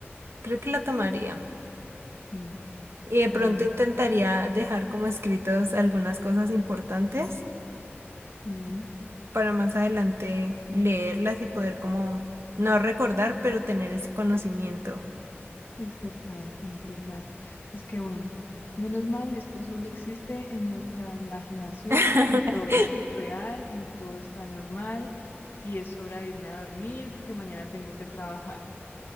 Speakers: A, on the right (about 70°); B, on the left (about 50°).
A: creo que la tomaría.
B: sí,
A: Y de
B: pero
A: pronto
B: bueno,
A: intentaría dejar como escritos algunas cosas importantes
B: sí,
A: para más adelante leerlas y poder como no recordar, pero tener ese conocimiento.
B: es verdad, es verdad. Es que bueno, menos mal, esto solo existe en nuestra imaginación
A: <laughs>
B: y todo es subreal y todo está normal y es hora de irme a dormir porque mañana tengo que trabajar.